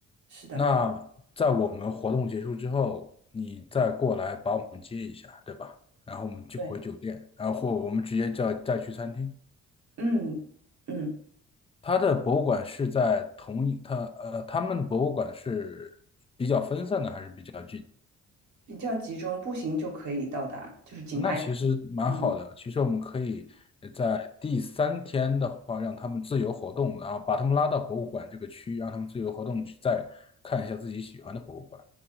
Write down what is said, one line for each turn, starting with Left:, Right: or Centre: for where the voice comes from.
Right: 是的，
Left: 那在我们活动结束之后，你再过来把我们接一下，对吧？然后我们就回酒店，
Right: 对，
Left: 然后我们直接叫再去餐厅。
Right: 嗯嗯，
Left: 它的博物馆是在同一，它呃，他们的博物馆是比较分散的，还是比较？
Right: 比较集中，步行就可以到达，就是紧挨着。
Left: 那其实蛮好的。
Right: 嗯
Left: 其实我们可以在第三天的话，让他们自由活动，然后把他们拉到博物馆这个区，让他们自由活动，去再看一下自己喜欢的博物馆。